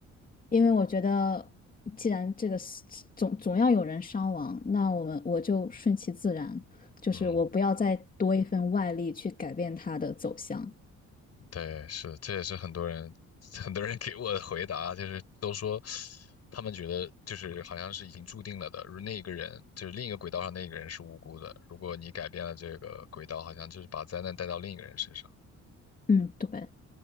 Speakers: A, on the left; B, on the left.
A: 因为我觉得既然这个是总总要有人伤亡，那我们我就顺其自然，就是我不要再多一份外力去改变它的走向。
B: 嗯，对，是，这也是很多人 <laughs> 很多人给我的回答，就是都说他们觉得就是好像是已经注定了的，如那个人就是另一个轨道上那个人是无辜的，如果你改变了这个轨道，好像就是把灾难带到另一个人身上。
A: 嗯，对。